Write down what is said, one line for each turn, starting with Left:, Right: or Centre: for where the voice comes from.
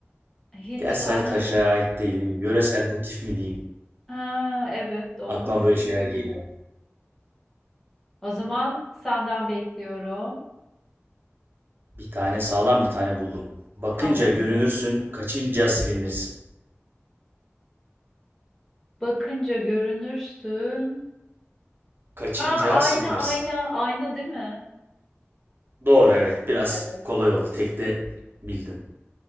Centre: Hiç
Right: Gerçi sadece
Centre: var.
Right: taşraya
Centre: <laughs>
Right: ait değil. Yöresel motif mi diyeyim?
Centre: Ha, evet doğru
Right: Aklıma
Centre: diyorsun.
Right: böyle şeyler geliyor.
Centre: O zaman senden bekliyorum.
Right: Bir tane sağlam bir tane buldum. Bakınca
Centre: Tamamdır.
Right: görünürsün, kaçınca silinirsin.
Centre: Bakınca görünürsün.
Right: Kaçınca
Centre: Ha ayna
Right: silinirsin.
Centre: ayna ayna değil mi?
Right: Doğru evet. Biraz
Centre: Evet.
Right: kolay oldu. Tek de bildin.